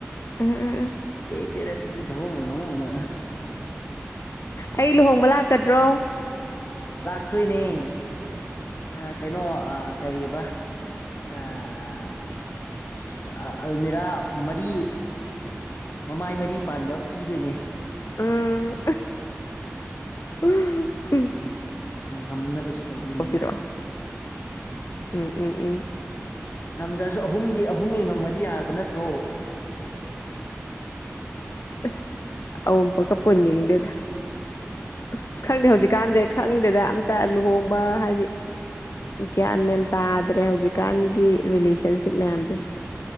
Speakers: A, on the left; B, on the left.
A: ꯎꯝ ꯎꯝ ꯎꯝ
B: <unintelligible>
A: ꯑꯩ ꯂꯨꯍꯣꯡꯕ ꯂꯥꯛꯀꯗ꯭ꯔꯣ
B: ꯊꯣꯏꯅꯦ ꯑ ꯀꯩꯅꯣ ꯑ ꯀꯔꯤꯕ ꯑ ꯑ ꯑꯜꯃꯤꯔꯥ ꯃꯔꯤ ꯃꯃꯥꯏ ꯃꯔꯤ ꯄꯥꯟꯕ ꯄꯤꯗꯣꯏꯅꯦ
A: ꯎꯝ <unintelligible>
B: ꯉꯝꯅꯕꯁꯨ ꯇꯧꯕꯤꯅꯤꯗ
A: ꯇꯧꯕꯤꯔꯛꯑꯣ ꯎꯝ ꯎꯝ ꯎꯝ
B: ꯉꯝꯗ꯭ꯔꯁꯨ ꯑꯍꯨꯝꯒꯤ ꯑꯍꯨꯝꯒꯤ ꯉꯝꯃꯗꯤ ꯗꯤ ꯌꯥꯔꯕ ꯅꯠꯇ꯭ꯔꯣ
A: ꯑꯁ ꯑꯎꯝꯄꯣꯛꯀ ꯄꯨꯟꯅꯤꯡꯗꯦꯗ ꯑꯁ ꯈꯪꯗꯦ ꯍꯧꯖꯤꯛꯀꯥꯟꯁꯦ ꯈꯪꯗꯦꯗ ꯑꯝꯇ ꯂꯨꯍꯣꯡꯕ ꯍꯥꯏꯗꯤ ꯒ꯭ꯌꯥꯟ ꯃꯦꯟ ꯇꯥꯗ꯭ꯔꯦ ꯍꯧꯖꯤꯛꯀꯥꯟꯒꯤ ꯔꯤꯂꯦꯁꯟꯁꯤꯞ ꯃꯌꯥꯝꯁꯦ